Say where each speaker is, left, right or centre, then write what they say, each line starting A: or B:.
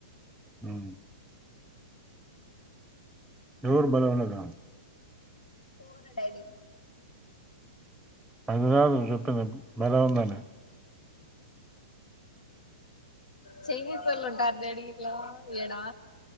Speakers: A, in the centre; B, on the left (about 80°).
A: ఉ రోడ్డు బలే ఉన్నది
B: పోరా డాడి
A: అనురాదు చుట్టనే మలవందనే
B: చైనీస్ వాళ్ళు ఉంటారు డాడి ఇలా ఈడా